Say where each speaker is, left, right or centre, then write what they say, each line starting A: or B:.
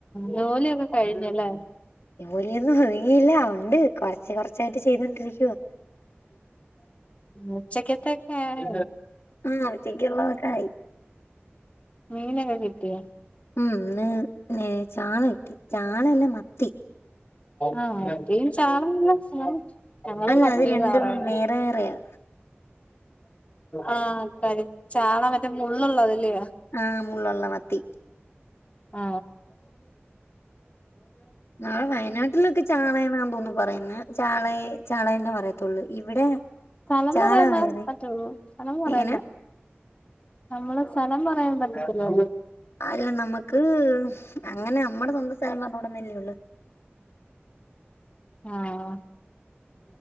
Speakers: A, on the left; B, on the left.
A: ജോലിയൊക്കെ കഴിഞ്ഞല്ലേ
B: ജോലിയൊന്നും കഴിഞ്ഞില്ല ഉണ്ട് കൊറച്ച് കൊറച്ചായിട്ട് ചെയ്തൊണ്ടിരിക്കുവോ
A: ഉച്ചക്കത്തക്ക ആയ
B: ആഹ് ഉച്ചക്ക് ഉള്ളതൊക്കെ ആ
A: മീനെക്ക കിട്ടുവ
B: ഉംന്ന് ചാള കിട്ടി ചാള എല്ലാം മത്തി
A: ആഹ മത്തിയും ചാറല്ല ഞങ്ങള്
B: അല്ല
A: മത്തിയു
B: അത് രണ്ടും
A: പറയ്ന്നേ
B: വേറെ വേറെയാ
A: ആഹ കരി ചാള മറ്റേ മുള്ളതല്ലയോ
B: ആഹ് മുള്ളുള്ള മത്തി
A: ആ
B: നഞെ വയനാട്ടിലൊക്കെ ചാണയം എന്നാണ് തോന്നുന്നു പറയുന്നത് ചാണയം ചാള തന്നെ പറയത്തുള്ളൂ ഇവിടെ
A: സ്ഥലം
B: ചാള
A: പറയൻമ്പാ
B: വേറെ
A: പറ്റുള്ളൂ സ്ഥലം പറയമ്പ
B: എങ്ങനെ
A: നമ്മള് സ്ഥലം പറയാൻ പറ്റത്തില്ല
B: അല്ല നമ്മുക്ക് അങ്ങനെ നമ്മടെ സ്വന്തം സ്ഥലം പറഞ്ഞോടുന്നല്ലേ ഉള്ളു
A: ആഹ